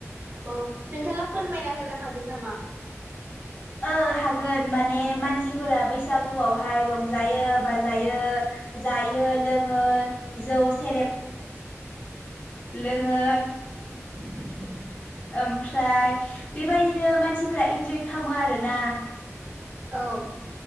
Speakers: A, on the right (about 35°); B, on the left (about 30°).
A: अ नोंथाङा फोरमायना होनो हागोन नामा
B: ओ हागोन माने मानसिफोरा बैसागुआवहाय रंजायो बाजायो जायो लोङो जौ सेरेब लोङो
A: <unintelligible>
B: ओमफ्राय बेबायदिनो मानसिफोरा इन्जय खालामो आरो ना
A: औ